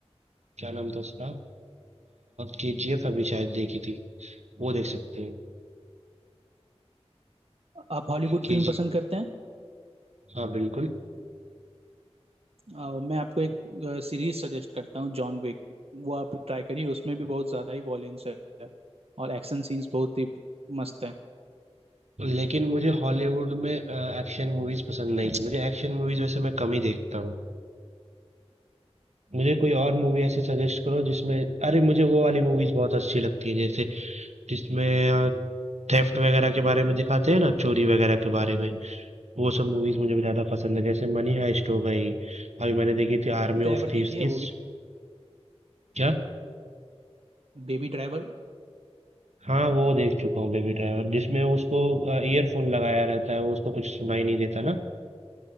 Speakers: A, on the right; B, on the right.
A: क्या नाम था उसका के जी एफ अभी शायद देखी थी वो देख सकते हैं
B: आप हॉलीवुड
A: के
B: फिल्म
A: जी
B: पसंद करते हैं
A: हाँ बिल्कुल
B: अ, मैं आपको एक सीरीज सजेस्ट करता हूँ जॉन विक वो आप ट्राई करिए उसमें भी बहुत ज़्यादा ही वॉयलेंस है और एक्शन सीन्स बहुत ही मस्त है
A: लेकिन मुझे हॉलीवुड में एक्शन मूवीज पसंद नहीं मुझे एक्शन मूवीज वैसे मैं कम ही देखता हूँ मुझे कोई और मूवी ऐसे सजेस्ट करो जिसमें अरे मुझे वो वाली मूवीज बहुत अच्छी लगती है जैसे जिसमें थेफ्ट वगैरह के बारे में दिखाते हैं ना चोरी वगैरह के बारे में वो सब मूवीज मुझे ज्यादा पसंद है जैसे मनी हाइस्ट हो गई अभी मैंने देखी थी आर्मी
B: ड्राइवर
A: ऑफ
B: देखिए
A: थीव्स इस
B: वो भी
A: क्या
B: बेबी ड्राइवर
A: हाँ वो देख चुका हूँ बेबी ड्राइवर जिसमें उसको ईयरफोन लगाया रहता है वो उसको कुछ सुनाई नहीं देता ना